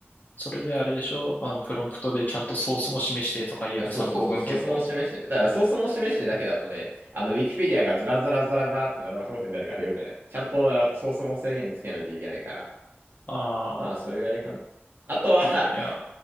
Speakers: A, on the left; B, on the right.
A: それであれでしょ、あの、プロンプトでちゃんとソースも示してとか言えば参考文献も。
B: あそうそうそう、ソースも示して。だからソースも示してだけだとね、あの、ウィキペディアがずらずらずらずらって並ばすことになるからよくない。ちゃんとソースも制限つけないといけないから。
A: ああ、
B: まあ、それぐらいかな。あとは
A: いや、